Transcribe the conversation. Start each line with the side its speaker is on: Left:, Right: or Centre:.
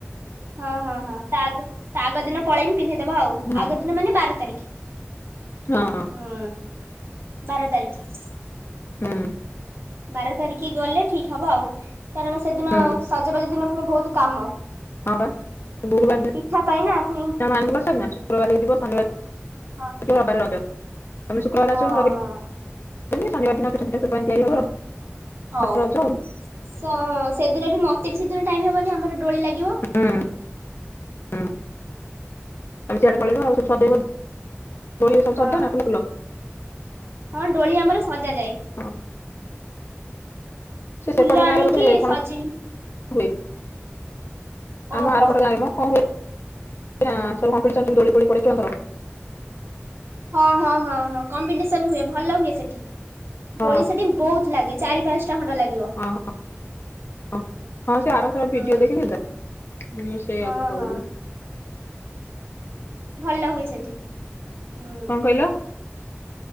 Right: ହଁ ହଁ ହଁ ତା ଆଗ ତା ଆଗ ଦିନ ପଳେଇମି ପିନ୍ଧେଇଦବ ଆଉ।
Left: ହଁ
Right: ଆଗ ଦି ନା ମାନେ ବାର ତାରିଖ।
Left: ହଁ।
Right: ହୁଁ ବାର ତାରିଖ।
Left: ହୁଁ।
Right: ବାର ତାରିକ ଗଲେ ଠିକ ହବ ଆଉ କାରଣ ସେଦିନ
Left: ହୁଁ
Right: ସଜବାଜ ଦିନ ପୁଣି ବହୁତ କାମ।
Left: ହଁ ବା ଗୁରୁବାର ଦି
Right: ପିଠା ପାଇଁ ନା ଏଥିପାଇଁ
Left: ତାର ଆନିଭରସରି ନା ଶୁକ୍ରବାର ଦିବ ଶନିବାର ସେ
Right: ହଁ
Left: ରବିବାର ନବ ତମେ ଶୁକ୍ରବାର
Right: ହଁ
Left: ଆସିବ <inaudible> ଶନିବାର ଦିନ ପିଠା ଫିଠା ସବୁ ତିଆରି ହବ। ରବିବାର
Right: ହଉ
Left: ତ ରଜ
Right: ତ
Left: ଆଉ
Right: ସେଦିନ ବି ମତେ ବି ସେଦିନ ଟାଇମ ହବନି ଆମର ଡୋଳି ଲାଗିବ।
Left: ହୁଁ ହୁଁ ତମେ ସିଆଡେ ପଳେଇବ ଆଉ ସବୁ ସଜେଇବ ଦୋଳିରେ ସବୁ
Right: ହଁ
Left: ସଜା ନା ଫୁଲ ପୁଲ?
Right: ହଁ ଡୋଳି ଆମର ସଜାଯାଏ।
Left: ଓହୋ ସେ
Right: ପୁଲ
Left: ସେପଟ
Right: ଆଣିକି
Left: ଗାଁରେ ବୋଧେ କଣ
Right: ସଜେଇବୁ।
Left: ହୁଏ ଆମ
Right: ଓହୋ
Left: ଆରପଟ ଗାଁ ରେ ମ କଁ ହୁଏ? ହଁ ସବୁ କମ୍ପିଟିସନ ଦୋଳି ଫୋଳି ପଡେ ଛୁଆଙ୍କର।
Right: ହଁ ହଁ ହଁ ହଁ କମ୍ପିଟିସନ ହୁଏ ଭଲ ହୁଏ ସେଠି
Left: ହଁ
Right: ଡୋଳି ସେଠି ବହୁତ ଲାଗେ ଚାରି ପାଞ୍ଚଟା ଖଣ୍ଡ ଲାଗେ।
Left: ଅଁ ହଁ। ଅଁ ହଁ ସେ ଆରଥର
Right: ହୁଁ
Left: ଭିଡିଓ ଦେଖଥିଲ ତ ମୁଁ ସେଇଆକୁ
Right: ହଁ
Left: କଇଲି।
Right: ହଁ। ଭଲ ହୁଏ ସେଠି। ହୁଁ।
Left: କଣ କଇଲ?